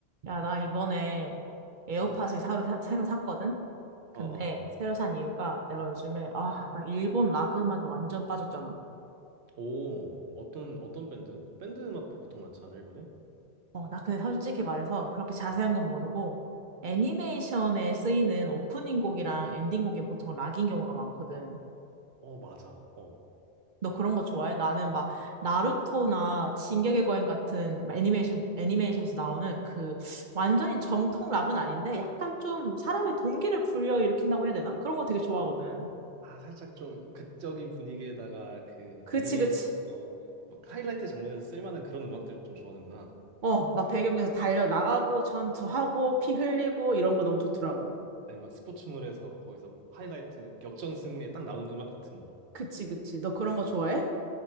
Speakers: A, on the right; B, on the right.
A: 야, 나 이번에 에어팟을
B: 응.
A: 새로, 사, 새로 샀거든? 근데
B: 아, 아, 아.
A: 새로 산 이유가 내가 요즘에, 아, 나 일본 락 음악에 완전 빠졌잖아.
B: 오, 어떤, 어떤 밴드? 밴드 음악 보통 많지 않아, 일본에?
A: 어, 나 근데 솔직히 말해서 그렇게 자세한 건 모르고 애니메이션에 쓰이는 오프닝 곡이랑 엔딩 곡이 보통 락인 경우가 많거든.
B: 어, 맞아. 어.
A: 너 그런 거 좋아해? 나는 막 나루토나 진격의 거인 같은 애니메이션, 애니메이션에서 나오는 그 완전히 정통 락은 아닌데 약간 좀 사람의 동기를 불러일으킨다고 해야 되나? 그런 거 되게 좋아하거든.
B: 아, 살짝 좀 극적인 분위기에다가 그
A: 그치,
B: 애니메이션에서
A: 그치.
B: 막 하이라이트 장면에서 쓸만한 그런 음악들 좀 좋아하는구나.
A: 어, 막 배경에서 달려 나가고 전투하고 피 흘리고 이런 거 너무 좋더라고.
B: 아니, 막 스포츠물에서 거기서 뭐 하이라이트 역전 승리에 딱 나온 음악 같은 거.
A: 그치, 그치. 너 그런
B: 그치,
A: 거 좋아해?
B: 그치.